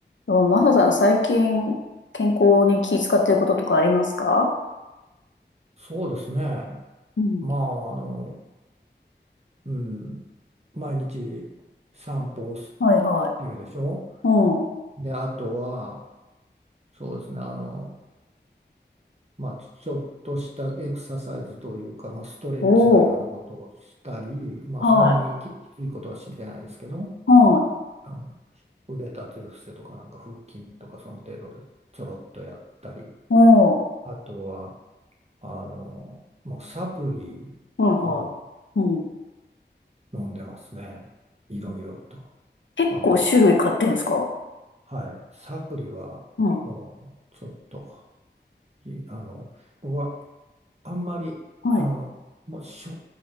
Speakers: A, on the left; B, on the right.
A: と、マサさん、最近、健康に気遣っていることとかありますか
B: そうですね。
A: うん、
B: まあ、あの、うん、毎日散歩をしし
A: はいはい。
B: てるでしょ。
A: うん。
B: で、あとは、そうですね、あの、まあ、ちょっとしたエクササイズというか、まあ、ストレッチのようなことをしたり、
A: おー。
B: まあ、
A: はい。
B: そんなにききついことはしてないですけど、
A: はい。
B: あの、腕立て伏せとか、なんか腹筋とか、その程度でちょろっとやったり、
A: おー。
B: あとは、あの、もうサプリ
A: はいはい。
B: を
A: うん。
B: 飲んでますね。いろいろと。
A: 結構種類買ってんすか
B: あの、はい。サプリはもうちょっと、
A: うん。
B: いあの、僕はあんまり、
A: はい。
B: あの、もうしょ、